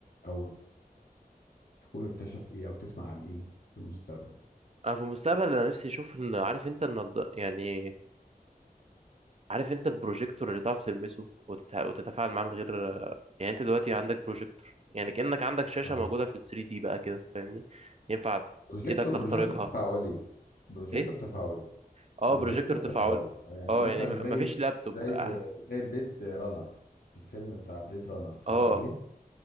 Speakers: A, on the left; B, on the right.
A: او تكون اكتشف ايه او تسمع عن ايه في المستقبل
B: انا في المستقبل انا نفسي اشوف ان عارف انت النض يعني عارف انت البروجيكتور اللي تعرف تلمسه وتت- وتتفاعل معاه من غير يعني انت دلوقتي عندك بروجيكتور يعني كأنك عندك شاشة
A: اه
B: موجودة في ال 3 دي بقى كده فاهمني ينفع
A: بروجيكتور
B: ايدك تخترقها
A: بروجيكتور تفاعلي بروجيكتور
B: ايه
A: تفاعلي
B: اه
A: بروجيكتور
B: بروجيكتور
A: تفاعلي
B: تفاعلي
A: آه، يعني
B: اه
A: مثلا
B: يعني ما-
A: زي
B: مفيش لابتوب
A: زي
B: اه
A: زي بليد رانر في الفيلم بتاع بليد رانر اتفرجت
B: اه.
A: عليه